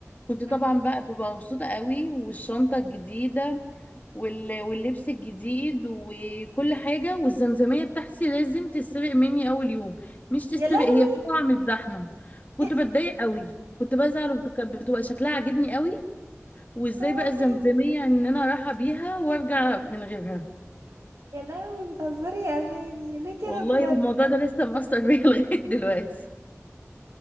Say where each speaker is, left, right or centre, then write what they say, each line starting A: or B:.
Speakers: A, on the left; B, on the right.
A: كنت طبعا
B: مم.
A: بقى ببقى مبسوطة قوي والشنطة الجديدة وال... واللبس الجديد وكل حاجة والزمزمية بتاعتي لازم تتسرق مني أول يوم مش تتسرق
B: يا لهوي
A: هي بتقع من الزحمة كنت
B: <laughs>
A: بتضايق قوي كنت بزعل وبت- بتبقى شكلها عاجبني قوي وازاي
B: روحي
A: بقى الزمزمية ان انا رايحة بيها وارجع من غيرها
B: يا لهوي بتهزري يا اماني ليه كده
A: والله
B: بجد
A: والموضوع ده لسه مؤثر بيا <laughs> لغاية دلوقتي